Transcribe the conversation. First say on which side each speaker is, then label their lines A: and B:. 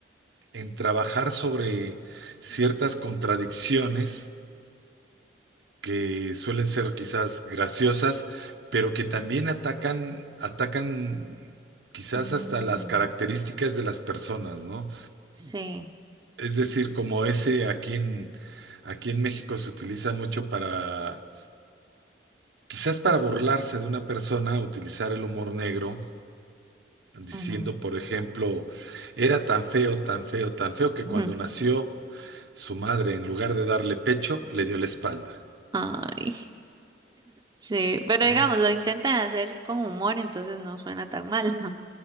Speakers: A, on the right; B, on the right.
A: en trabajar sobre ciertas contradicciones que suelen ser quizás graciosas, pero que también atacan, atacan quizás
B: ujú,
A: hasta las características de las personas, ¿no?
B: Sí.
A: Es decir, como ese aquí en, aquí en México se utiliza mucho para, quizás para burlarse de una persona, utilizar el humor negro, diciendo,
B: ujú,
A: por ejemplo, era tan feo, tan feo, tan feo que
B: ujú.
A: cuando
B: <laughs>
A: nació su madre, en lugar de darle pecho, le dio la espalda.
B: Ay, sí, pero
A: ¿no?
B: digamos, lo intentan hacer con humor, entonces no suena tan mal. <laughs>